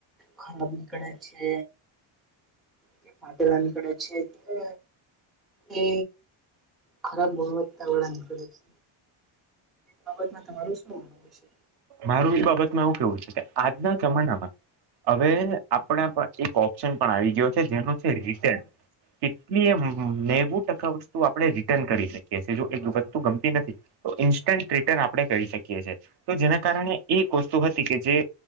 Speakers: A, in the centre; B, on the right.
A: ખરાબ નીકળે છે કે ફાટેલા નીકડા છે એટલે એ ખરાબ ગુણવતા વાળા નીકળે છે. આ બાબત માં તમારું શું માનવું છે.
B: મારું એ બાબતમાં એવું કેવું છે કે આજના જમાનામાં. હવે આપણા એક ઓપ્શન પણ આવી ગયો છે જેનો છે રિટેન. કેટલી એ નેવું ટકા વસ્તુ આપણે રિટર્ન કરી શકી જો એક વસ્તુ ગમતી નથી. તો ઇન્સ્ટન્ટ રિટર્ન આપણે કરી શકીએ છીએ. તો જેના કારણે એક વસ્તુ હતી કે જે,